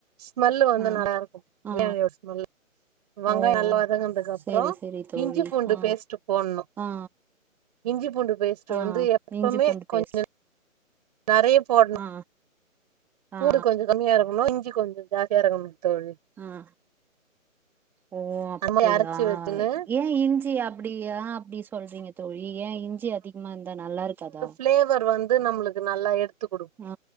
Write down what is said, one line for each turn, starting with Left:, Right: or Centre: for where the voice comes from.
Right: ஸ்மெல்லு வந்து
Centre: ஆ
Right: நல்லாருக்கும் பிரியாணியோட
Centre: ஆ
Right: ஸ்மெல்லு வெங்காயொ
Centre: ஓ
Right: நல்லா வதங்ககன்துக் அப்பற
Centre: செரி செரி தோழி
Right: இஞ்சி பூண்டு
Centre: ஆ
Right: பேஸ்ட் போட்ணு
Centre: ஆ
Right: இஞ்சி பூண்டு பேஸ்ட்
Centre: ஆ
Right: வந்து எப்பமே
Centre: இஞ்சி பூண்டு
Right: கொஞ்சொ
Centre: பேஸ்ட்
Right: நறைய போட்ணு
Centre: ஆ
Right: பூடு
Centre: ஆ
Right: கொஞ்சோ கம்மியா இருக்கணு இஞ்சி கொஞ்சோ ஜாஸ்தியா இருக்கணு தோழி
Centre: ம் ஓ அப்டியா
Right: அந்த மாரி அரைச்சு வச்சுன்னு
Centre: ஏ ஏ இஞ்சி அப்டியா அப்டி சொல்றீங்க தோழி ஏ இஞ்சி அதிகமா இருந்தா நல்லா இருக்காதா
Right: பிளேவர் வந்து நம்ளுக்கு நல்லா எடுத் து குடுக்கு
Centre: ஆ